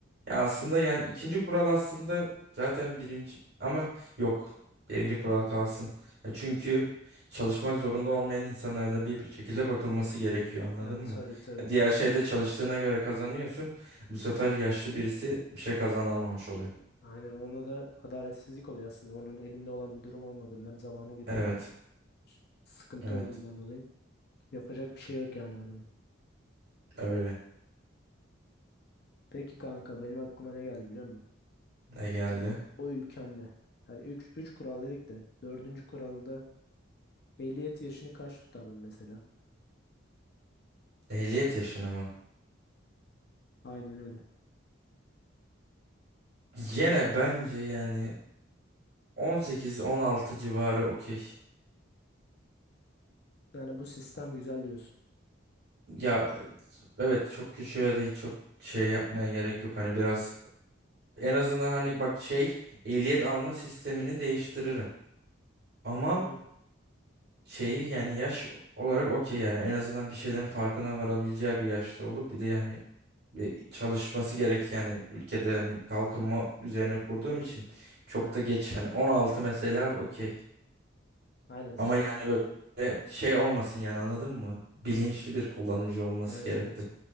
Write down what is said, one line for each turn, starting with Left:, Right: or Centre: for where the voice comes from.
Right: Ya aslında yani ikinci kural aslında zaten birinci ama yok. Birinci kural kalsın. Ya çünkü çalışmak zorunda olmayan insanlara da bir bir şekilde bakılması gerekiyor anladın
Left: Ha,
Right: mı?
Left: tabii tabii.
Right: Ya Diğer şeyde çalıştığına göre kazanıyorsun. Bu sefer yaşlı birisi bir şey kazanamamış oluyor.
Left: Aynen ona da adaletsizlik oluyor aslında. Onun elinde olan bir durum olmadığından zamanın getirdiği
Right: Evet,
Left: sıkıntı
Right: evet.
Left: olduğundan dolayı yapacak bir şey yok yani adamın.
Right: Öyle.
Left: Peki kanka benim aklıma ne geldi biliyor musun?
Right: Ne geldi?
Left: bu bu ülkende hani üç üç kural dedik de dördüncü kuralda ehliyet yaşını kaç tutardın mesela?
Right: Ehliyet yaşını mı?
Left: Aynen öyle.
Right: Yine bence yani 18-16 civarı okey.
Left: Yani bu sistem güzel diyorsun.
Right: Ya evet çok küçüğe de çok şey yapmaya gerek yok. Hani biraz En azından hani bak şey ehliyet alma sistemini değiştiririm. Ama
Left: Değil mi?
Right: şeyi yani yaş olarak okey yani en azından bir şeylerin farkına varabileceği bir yaşta olup bir de yani bir çalışması gerek yani ülkede yani kalkınma üzerine kurduğum için çok
Left: Aynen.
Right: da geç yani 16 mesela okey.
Left: Aynen. S-
Right: Ama yani böyle şey olmasın yani anladın mı? Bilinçli bir kullanıcı olması
Left: Evet
Right: gerekti.
Left: evet.